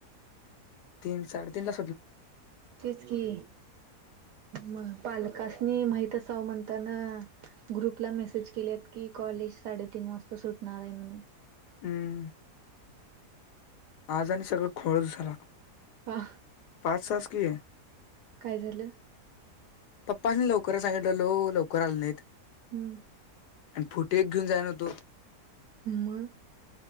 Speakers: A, on the left (about 80°); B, on the right (about 80°).
A: तीन साडे तीनला
B: तेच की मग पालकासनी माहित असावं म्हणताना ग्रुपला मेसेज केलेत की कॉलेज साडेतीन वाजता सुटणार आहे म्हणून
A: हम्म आज आणि सगळं घोळच झाला
B: हा
A: पाच तास कि आहे
B: काय झालं
A: पप्पसनी लवकर सांगितल्यालो लवकर आल नाहीत.
B: हम.
A: आणि फुटी एक घेऊन जाय ना तो.
B: मग.